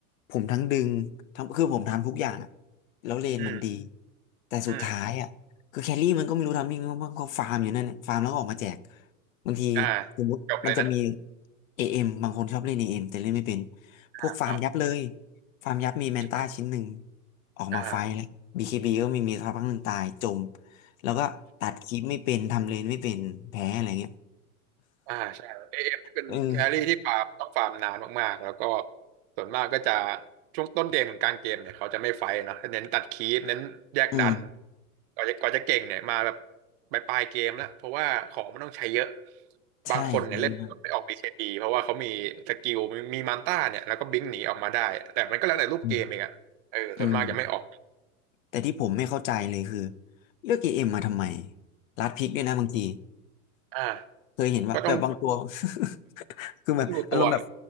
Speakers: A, on the left (about 60°); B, on the right (about 40°).
A: ผมทั้งดึงทั้งคือผมทำทุกอย่างอ่ะแล้วเลนมันดี
B: อืม
A: แต่สุดท้ายอ่ะคือแคลรี่มันก็ไม่รู้ทำยังไงบ้างเขาฟาร์มอยู่นั่นแหละฟาร์มแล้วก็ออกมาแจก
B: อืม
A: บางที
B: อ่า
A: สมมติมันจะมี
B: จบเลยนะ
A: เอเอ็มบางคนชอบเล่นเอเอ็มแต่เล่นไม่เป็น
B: อ่าอ่า
A: พวกฟาร์มยับเลยฟาร์มยับมีแมนต้าชิ้นหนึ่ง
B: ใช่
A: ออกมาไฟแล้วบีเคบีก็ไม่มีสักพักหนึ่งตายจม
B: อ่า
A: แล้วก็ตัดคลิปไม่เป็นทำเลนไม่เป็นแพ้อะไรเงี้ย
B: อ่าใช่เอเอ็มที่เป็นแครี่ที่ฟาร์มต้องฟาร์มนานมากๆแล้วก็
A: เออ
B: ส่วนมากก็จะช่วงต้นเกมถึงกลางเกมเนี่ยเขาจะไม่ไฟท์เนาะเน้นตัดคีปเน้นแยกดัน
A: อืม
B: ก่อนจะก่อนจะเก่งเนี่ยมาแบบปลายๆเกมแล้วเพราะว่าของมันต้องใช้เยอะ
A: ใช่ใช่มาก
B: บางคนเนี่ยเล่นไม่ออกบีเคบีเพราะว่าเขามีสกิลมีมีมันต้าเนี่ยแล้วก็บิงหนีออกมาได้แต่มันก็แล้วแต่รูปเกมเองอะเออส่วนมากจะไม่ออก
A: อืมอืมแต่ที่ผมไม่เข้าใจเลยคือเลือกเอเอ็มมาทำไมรัดพริกด้วยนะบางที
B: อ่า
A: เคยเห็นว่าแบบบางตัว
B: ก็ต้อง
A: <laughs> คือแบบอารมณ์แบบ
B: ต้องดูตัว